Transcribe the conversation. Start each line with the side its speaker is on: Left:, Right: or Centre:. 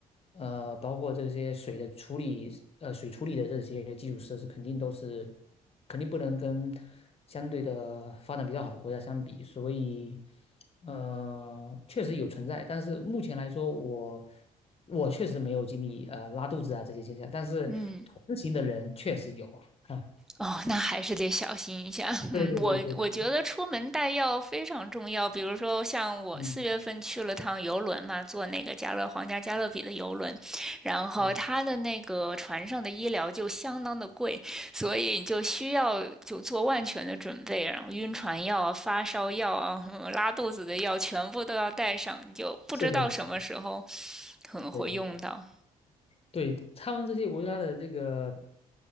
Left: 呃，包括这些水的处理，呃，水处理的这些基础设施，肯定都是肯定不能跟相对的发展比较好的国家相比，所以，呃，确实有存在，但是目前来说，我我确实没有经历呃拉肚子啊这些现象，但是同行的人确实有啊，
Centre: 嗯，哦，那还是得小心一下。<laughs>
Left: 对对对对对，
Centre: 嗯，我我觉得出门带药非常重要。比如说，像我四月份去了趟游轮嘛，
Left: 嗯
Centre: 坐那个加勒皇家加勒比的游轮，然后他的那个船上的医疗就相当的贵，
Left: 嗯，
Centre: 所以你就需要就做万全的准备，然后晕船药啊、发烧药啊、嗯拉肚子的药全部都要带上，你就不知道什么时候
Left: 是的，是的
Centre: 可能会用到。
Left: 对对，他们这些国家的这个。